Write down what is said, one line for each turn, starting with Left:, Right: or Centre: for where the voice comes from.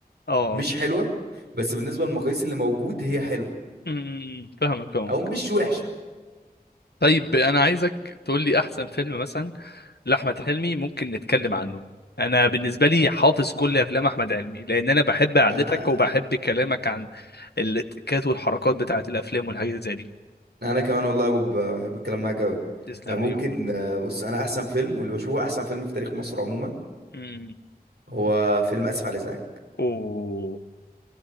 Left: اه
Right: مش حلوه بس بالنسبه للمقاييس اللي موجود هي حلوه
Left: م- م- م. فاهمك فاهمك
Right: او مش وحشه
Left: طيب انا عايزك تقول لي احسن فيلم مثلا لاحمد حلمي ممكن نتكلم عنه انا بالنسبه لي حافظ كل افلام احمد حلمي لان انا بحب قعدتك
Right: انا
Left: وبحب كلامك عن التكات والحركات بتاعه الافلام والحاجات زي دي
Right: انا كمان والله يا بوب بحب الكلام معاك قوي
Left: تسلم
Right: ممكن
Left: لي يقول
Right: آه، بص انا احسن فيلم واللي بشوفه احسن فيلم في تاريخ مصر عموما
Left: امم
Right: هو فيلم اسف على الازعاج
Left: اوه